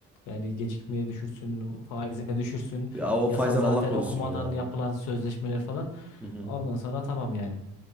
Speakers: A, on the left; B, in the centre.
A: Yani gecikmeye düşürsün, faizine düşürsün.
B: Ya o
A: Yasal
B: faizden
A: zaten
B: Allah korusun
A: okumadan
B: ya.
A: yapılan sözleşmeler falan.
B: Hı hı.
A: Ondan sonra tamam yani.